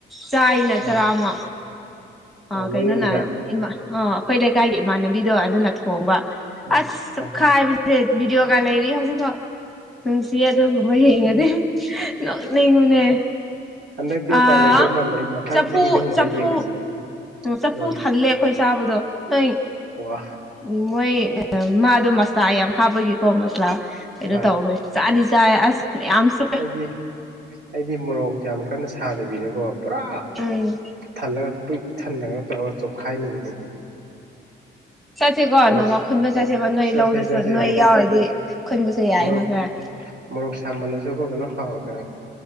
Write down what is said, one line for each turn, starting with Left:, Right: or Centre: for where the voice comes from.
Centre: ꯆꯥꯥꯏꯅ
Right: ꯍꯣꯏ
Centre: ꯆꯔꯥ ꯑꯃ
Right: ꯑꯣ
Centre: ꯑ
Right: ꯅꯣꯏ
Centre: ꯀꯩꯅꯣꯅꯥ
Right: ꯌꯨꯝꯗ
Centre: ꯑꯥ ꯑꯩꯈꯣꯏ ꯂꯩꯀꯥꯏꯒꯤ ꯏꯃꯥꯟꯅꯕꯤꯗꯣ ꯑꯗꯨꯅ ꯊꯣꯡꯕ
Right: ꯍꯣꯏ
Centre: ꯑꯁ ꯆꯨꯞꯈꯥꯏꯕꯁꯦ
Right: ꯍꯣꯏ ꯍꯣꯏ
Centre: ꯕꯤꯗꯤꯑꯣ ꯀꯥ ꯂꯩꯔꯤ ꯍꯧꯖꯤꯛꯐꯥꯎ ꯅꯨꯡꯁꯤ ꯑꯗꯨꯒꯨꯝꯕ ꯌꯦꯡꯉꯗꯤ ꯅꯣꯛꯅꯤꯡꯕꯅꯦ
Right: ꯍꯟꯗꯛꯇꯤ
Centre: ꯑ
Right: ꯎꯄꯥꯏ ꯂꯩꯗꯧ ꯃꯥꯟꯗ꯭ꯔꯦ ꯃꯊꯪ
Centre: ꯆꯐꯨ
Right: ꯆꯍꯤꯗꯒꯨꯝꯕ
Centre: ꯆꯐꯨ
Right: ꯌꯦꯡꯉꯁꯤ ꯎꯝ
Centre: ꯆꯐꯨ
Right: ꯎꯝ
Centre: ꯊꯜꯂꯦ ꯑꯩꯈꯣꯏ ꯆꯥꯕꯗꯣ ꯅꯣꯏ
Right: ꯋꯥ
Centre: ꯎ ꯃꯣꯏ ꯃꯥꯗꯣ ꯃꯁꯂꯥ ꯌꯥꯝ ꯍꯥꯞꯄꯒꯤꯀꯣ ꯃꯁꯂꯥ ꯀꯩꯅꯣ
Right: ꯍꯣꯏ
Centre: ꯇꯧꯋꯦ ꯁꯥꯗꯤ ꯆ ꯑꯁ ꯌꯥꯝꯁꯨ
Right: ꯑꯩꯗꯤ ꯑꯩꯗꯤ ꯃꯣꯔꯣꯛꯁꯦ ꯌꯥꯝ ꯀꯟꯅ ꯁꯥꯗꯕꯤꯗꯀꯣ ꯄꯨꯔꯥ
Centre: ꯎꯝ
Right: ꯊꯜꯂꯒ ꯄꯨꯏꯛ ꯊꯟꯅꯒ ꯇꯧꯔꯒ ꯆꯣꯈꯥꯏꯅꯤꯡꯉꯦꯁꯦ
Centre: ꯆꯠꯁꯤꯀꯣ
Right: ꯃꯣꯔꯣꯛ
Centre: ꯅꯣꯡꯃ ꯈꯨꯟꯕ ꯆꯠꯁꯦꯕ
Right: ꯆꯠꯁꯦ
Centre: ꯅꯣꯏ ꯂꯧꯗꯨꯁꯨ
Right: ꯆꯠꯁꯦ
Centre: ꯅꯣꯏ ꯌꯥꯎꯔꯗꯤ ꯈꯨꯟꯕꯁꯨ ꯌꯥꯏꯅ
Right: ꯃꯣꯔꯣꯛ
Centre: ꯈꯔ
Right: ꯃꯣꯔꯣꯛ ꯁꯥꯃꯜꯂꯁꯨꯀꯣ ꯀꯩꯅꯣ ꯍ ꯀ